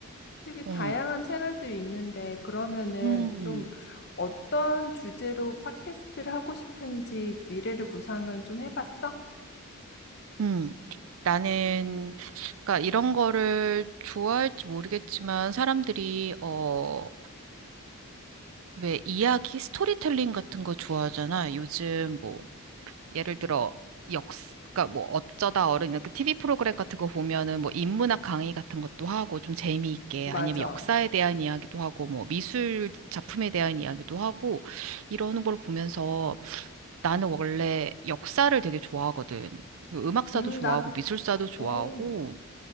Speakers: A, on the left; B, on the right.
A: 되게
B: 응.
A: 다양한 채널들이 있는데 그러면은
B: 음.
A: 좀 어떤 주제로 팟캐스트를 하고 싶은지 미래를 구상을 좀 해봤어?
B: 음. 나는, 그러니까 이런 거를 좋아할지 모르겠지만, 사람들이, 어, 왜 이야기, 스토리텔링 같은 거 좋아하잖아. 요즘 뭐, 예를 들어 역, 그러니까 뭐 어쩌다 어른 이렇게 TV 프로그램 같은 거 보면은 뭐 인문학 강의 같은 것도 하고 좀 재미있게
A: 맞아.
B: 아니면 역사에 대한 이야기도 하고 뭐 미술 작품에 대한 이야기도 하고 이러는 걸 보면서 나는 원래 역사를 되게 좋아하거든. 그 음악사도
A: 음,
B: 좋아하고
A: 나,
B: 미술사도 좋아하고
A: 어,